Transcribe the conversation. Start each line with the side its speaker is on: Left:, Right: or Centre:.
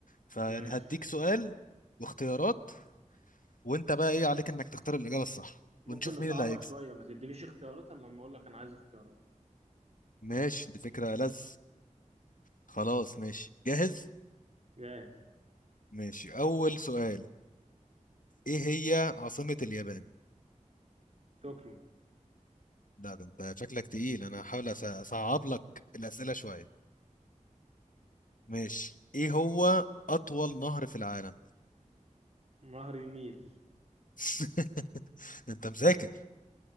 Left: فيعني
Right: ماشي
Left: هديك سؤال واختيارات وانت بقى ايه عليك انك تختار الإجابة الصح
Right: ممكن
Left: ونشوف
Right: نصعبها
Left: مين اللي هيكسب
Right: شوية ما تدينيش اختيارات إلا لما أقول لك أنا عايز اختيارات
Left: ماشي دي فكرة لذ خلاص ماشي جاهز
Right: جاهز
Left: ماشي أول سؤال ايه هي عاصمة اليابان
Right: طوكيو
Left: لا ده انت شكلك تقيل انا هحاول أس- اصعب لك الأسئلة شوية ماشي ايه هو اطول نهر في العالم
Right: نهر النيل <laughs>
Left: <laughs> ده انت مذاكر